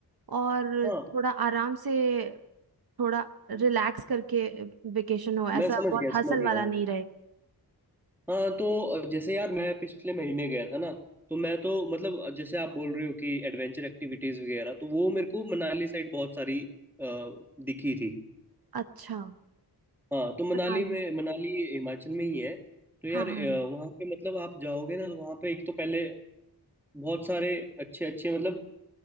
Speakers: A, on the right; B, in the centre.
A: और
B: हाँ
A: थोड़ा आराम से थोड़ा रिलैक्स करके वेकेशन हो ऐसा
B: मैं समझ
A: बहुत
B: गया
A: हसल
B: समझ गया
A: वाला नहीं रहे
B: हाँ तो जैसे यार मैं पिछले महीने गया था ना तो मैं तो मतलब जैसे आप बोल रहे हो कि एडवेंचर एक्टिविटीज वगैरह तो वो मेरे को मनाली साइड बहुत सारी अ, दिखी थी
A: अच्छा
B: हाँ तो मनाली
A: मनाली
B: में मनाली हिमाचल में ही है तो
A: हाँ
B: यार
A: हाँ
B: अ,
A: हाँ
B: वहाँ पे मतलब आप जाओगे ना तो वहाँ पे एक तो पहले बहुत सारे अच्छे अच्छे मतलब